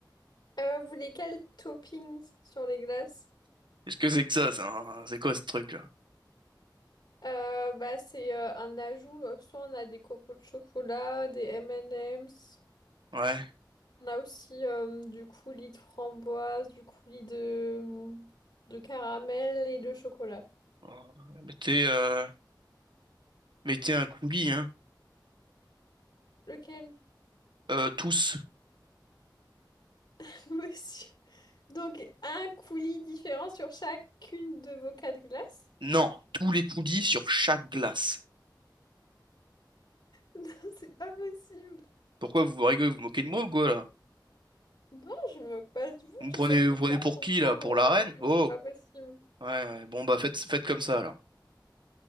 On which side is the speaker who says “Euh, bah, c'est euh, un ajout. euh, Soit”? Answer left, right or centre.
Left